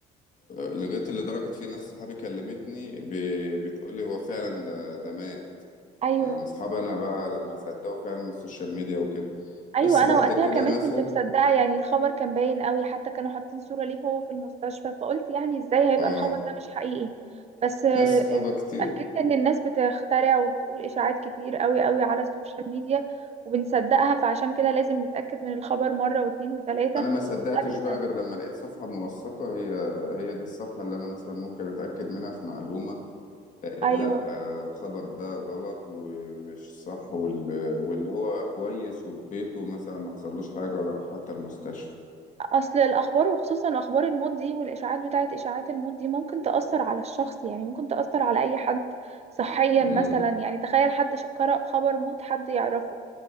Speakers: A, on the left (about 50°); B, on the right (about 40°).
A: لغاية اللي درجة في ناس صحابي كلمتني ب- بتقولي هو فعلا ده ده مات
B: ايوه
A: يعني اصحابي انا بقى لما صدقوا فعلا السوشيال ميديا وكده
B: ايوه
A: بس
B: انا
A: بعد
B: وقتها
A: كده
B: كمان
A: نفوا
B: كنت مصدقة يعني الخبر كان باين قوي حتى كانوا حاطين صورة ليه وهو في المستشفى فقلت يعني ازاي هيبقى
A: اه
B: الخبر ده مش حقيقي بس آه،
A: ناس صحابة
B: آه،
A: كتير
B: اتأكدت ان الناس بتخترع وبتقول اشاعات كتير قوي قوي على السوشيال ميديا وبنصدقها فعشان كده لازم نتأكد من الخبر مرة واتنين وتلاتة
A: انا ما صدقتش
B: قبل
A: بقى
B: ما ن-
A: غير لما لقيت صفحة موثقة هي هي دي الصفحة اللي انا مثلا ممكن اتاكد منها في معلومة آه
B: ايوه
A: لا آه الخبر ده غلط ومش صح وال... واللي هو كويس وفي بيته مثلا ما حصلوش حاجة ولا راح حتى المستشفى
B: اصل الاخبار وخصوصا اخبار الموت دي والاشاعات بتاعت اشاعات الموت دي ممكن تاثر على الشخص يعني ممكن تاثر على اي حد صحيا
A: امم
B: مثلا يعني تخيل حد ش- قرأ خبر موت حد يعرفه